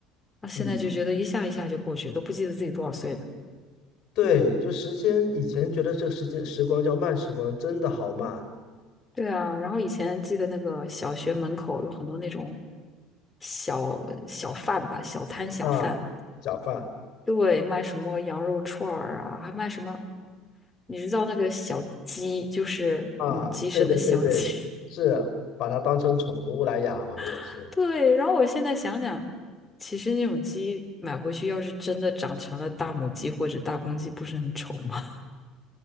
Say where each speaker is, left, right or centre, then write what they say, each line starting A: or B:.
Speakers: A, on the left (about 20°); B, on the left (about 50°).
A: 那现在就觉得一下一下就过去，
B: 嗯，
A: 都不记得自己多少岁了。
B: 对，就时间，以前觉得这个时间时光叫慢时光，真的好慢
A: 对啊，然后以前记得那个小学门口有很多那种小小贩吧，小摊小贩，
B: 啊，小贩。
A: 对，卖什么羊肉串儿啊，还卖什么，你知道那个小鸡，就是母鸡生的小鸡。
B: 啊，对对对对，是把它当成宠物来养，我们也是，
A: <laughs> 对，然后我现在想想，其实那种鸡买回去，要是真的长成了大母鸡或者大公鸡，不是很丑吗？